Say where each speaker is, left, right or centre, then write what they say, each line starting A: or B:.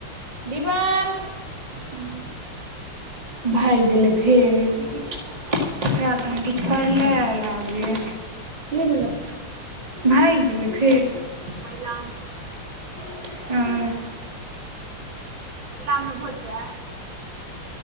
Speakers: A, on the right; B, on the right.
A: विवान
B: हूं
A: भागि गेलै फेर
B: की
A: ओकरा तऽमे किछु परलै आइ लागैयै।
B: भेलै
A: भागि गेलै फेर।
B: मैलाम पोस
A: उम्म्
B: मैलाम मे भोज छै?